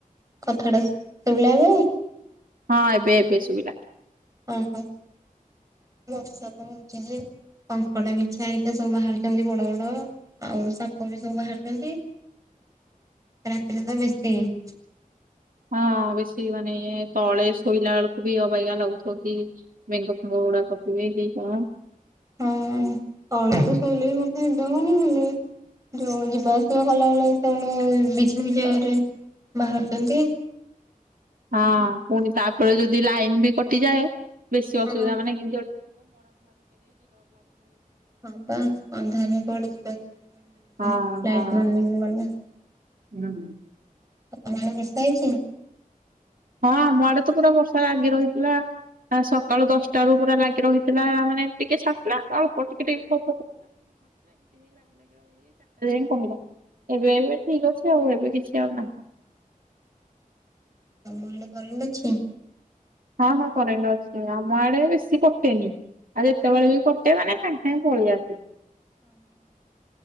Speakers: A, on the right (about 20°); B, on the right (about 75°).
A: କଥା ଟା ଶୁଭିଲା ବେଳେ
B: ହଁ ଏବେ ଏବେ ସୁବିଲା।
A: ଓ ହୋ ବର୍ଷା ତ ହଉଛି ଯେ କଙ୍କଡା ବିଛା ହେରିକା ସବୁ ବାହାରୁଛନ୍ତି ବଡ ବଡ ଆଉ ସାପ ବି ସବୁ ବାହାରୁଛନ୍ତି।
B: <inaudible>
A: <inaudible>
B: ହଁ, ବେଶୀ ମାନେ ତଳେ ଶୋଇଲା ଳକୁ ବି ଅବାଗିଆ ଲାଗୁ--ବ କି? ବେଙ୍ଗ ଫେଙ୍ଗ ଗୁଡା ଥିବେ କି କଣ୍?
A: <inaudible> ଯଉ ଯିବା ଆସିବା କଲା ବିଛା ଛା ବାହାରୁଚନ୍ତି।
B: ହଁ ପୁଣି ତା'ପରେ ଯଦି ଲାଇନ୍‌ ବି କଟିଯାଏ, ବେଶୀ ଅସୁବିଧା।
A: ହଁ।
B: ମାନେ <inaudible>
A: <inaudible>
B: ହଁ ହଁ ହୁଁ
A: <inaudible>
B: ହଁ! ଆମ ଆଡ଼େ ତ ପୁରା ବର୍ଷା ଲାଗି ରହି--ଲା। ସକାଳୁ ଦଶଟା ରୁ ପୁରା ଲାଗି ରହିଥିଲା, ମାନେ ଟିକେ ଛା--ଥିଲା। ଟିକେ ଟିକେ <inaudible> ଏବେ ଏବେ ଠିକ୍ ଅଛି ଆଉ, ଏବେ କିଛି ଆଉ ନାହିଁ।
A: ତମ ଆଡ଼େ କ ଅଛି।
B: ହଁ ହଁ କରେ ଅଛି, ଆମ ଆଡ଼େ ବେଶୀ କଟେନି। ଆଉ ଯେତବେଳେ ବି କଟେ, ମାନେ ସାଙ୍ଗ୍ ସାଙ୍ଗେ ପଳେଇ ଆସେ।